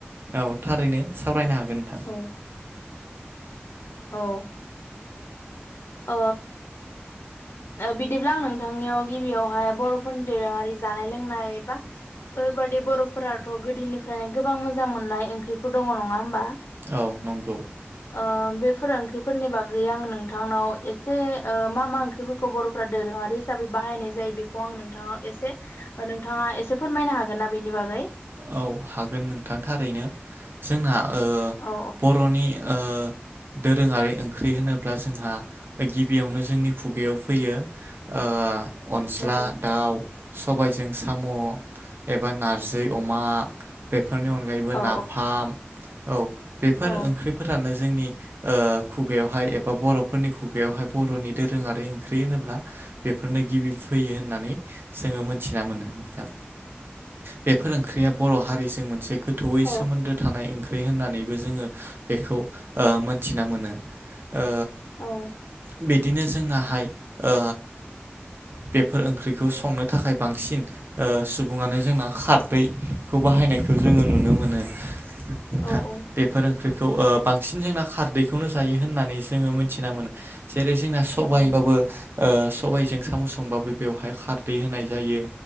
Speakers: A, on the right; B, on the left.
A: औ थारैनो सावरायनो हागोन नोंथां।
B: औ औ ओ बिदिब्ला आं नोंथांनियाव गिबियावहाय बर'फोरनि दोरोङारि जानाय लोंनाय बा बेफोरबायदि बर'फोराथ' गोदोनिफ्रायनो गोबां मोजां मोननाय ओंख्रिफोर दङ नङा होमबा?
A: औ नंगौ।
B: ओ बेफोर ओंख्रिफोरनि बागै आं नोंथांनाव एसे मा मा ओंख ख्रिफोरखौ बर'फ्रा दोरोङारि हिसाबै बाहायनाय जायो बेखौ आं नोंथाङा एसे नोंथाङा एसे फोरमायना हागोन ना बेनि बागै?
A: औ हागोन नोंथां। थारैनो जोंना ओ
B: औ
A: बर'नि ओ दोरोङारि ओंख्रि होनोब्ला जोंहा गिबियावनो जोंनि खुगायाव फैयो।
B: <inaudible>
A: ओ अनज्ला
B: औ औ
A: दाउ सबायजों साम' एबा नारजै अमा बेफोरनि अनगायैबो
B: औ
A: नाफाम औ बेफोर
B: औ
A: ओंख्रिफोरा नो जोंनि ओ खुगायावहाय एबा बर'फोरनि खुगायाव बर'नि दोरोङारि ओंख्रि होनोब्ला बेफोरनो गिबि फैयो होननानै जोङो मोनथिना मोनो नोंथां?
B: <inaudible>
A: बेफोर ओंख्रिया बर' हारिजों मोनसे गोथौयै
B: औ
A: सोमोन्दो थानाय ओंख्रि। ख्रै होननानैबो जोङो ओ बेखौ मोनथिना मोनो। ओ
B: औ।
A: बिदिनो जोंनाहाय ओ बेफोर ओंख्रिखौ संनो थाखाय बांसिन ओ सुबुङानो जोंना खार रै खौ बाहायनायखौ जोङो नुनो मोनो नोंथां।
B: औ
A: बेफोर ओंख्रि खौ ओ बांसिन जोंना खारदैखौनो जायो होननानै जोङो मिथिना मोनो। जे रै जोंना सबायबाबो
B: औ
A: ओ सबायजों साम' संबाबो बेवहाय खारदै होनाय जायो।